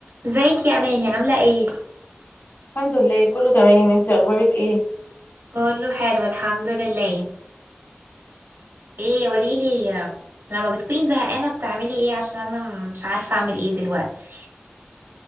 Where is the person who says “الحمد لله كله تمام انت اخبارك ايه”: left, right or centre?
Left